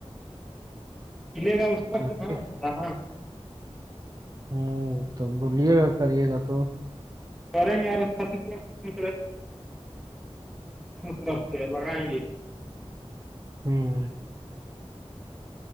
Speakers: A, in the centre; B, on the right (about 35°).
A: کلے گا اسسار
B: کریے
A: س نا دنا
B: ہوں تو بولیے گا کرے گا تو
A: کریں گےے تھےا اپنی طرف سے لگائیں گے
B: ہوں